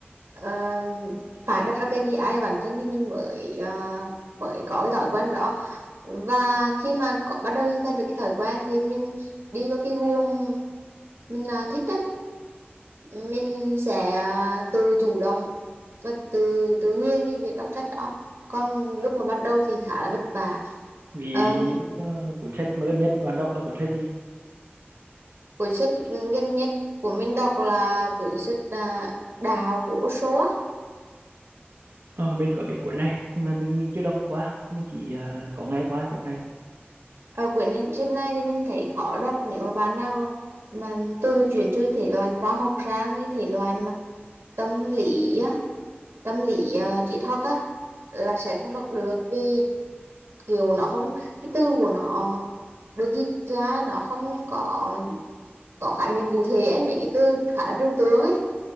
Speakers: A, on the right; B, on the right.
A: um, phải đặt ra cái vi ai bản thân thì mình mới uh, mới có cái thói quen đó và khi mà có, bắt đầu hình thành được cái thói quen thì mình đi vào cái guồng mình uh, thích đấy mình sẽ uh, tự chủ động và tự tự nhiên cái việc đọc sách đó còn lúc mà bắt đầu thì khá là vất vả
B: vì
A: um,
B: ví dụ như ờ, cuốn sách mà gần nhất mà bạn đọc là cuốn sách gì
A: cuốn sách gần nhất của mình đọc là cuốn sách à, Đào gỗ số
B: ờ, mình có biết cuốn này nhưng mà mình mình chưa đọc qua mình chỉ ờ, có nghe qua cái cuốn này
A: Ờ, quyển sách này thì mình thấy khó đọc nếu mà bạn nào mà, mà từ chuyển từ thể loại khoa học sang cái thể loại mà tâm lý á, tâm lý uh, triết học á là sẽ không đọc được vì kiểu nó không cái từ của nó được dịch ra nó không có có khái niệm cụ thể ấy, mấy cái từ khá là trừu tượng ấy